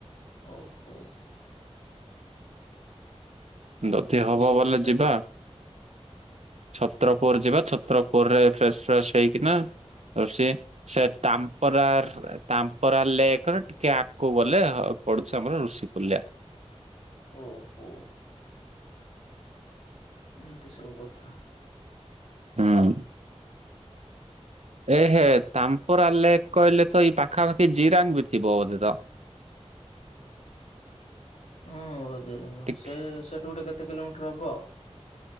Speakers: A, on the left; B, on the right.
A: ଓ ହୋ।
B: ଦତି ହବ
A: ରସିକୁଲ୍ୟା
B: ବୋଲେ ଯିବା। ଛତ୍ରପୁର ଯିବା ଛତ୍ରପୁରରେ ଫ୍ରେସଫ୍ରେଶ ହେଇକିନା ସିଏ ସେ ସେ ତାମ୍ପରାର ତାମ୍ପରା ଲେକର ଟିକେ ଆଗକୁ ଗଲେ ହଁ ଅ ପଡୁଛି ଆମର ଋଷି କଲ୍ୟା।
A: ଓହୋ, ଏମତି ସବୁ କଥା।
B: ହୁଁ, ଏ ହେ ତାମ୍ପରା ଲେକ୍ କହିଲେ ତ ଏଇ ପାଖାପାଖି ଜିରାଙ୍ଗ ବି ଥିବ ବୋଧେ ତ।
A: ହଁ ବୋଧେ ତ
B: ଠିକ୍।
A: ସେ ସେଠୁ ଗୋଟେ କେତେ କିଲୋମିଟର ହବ।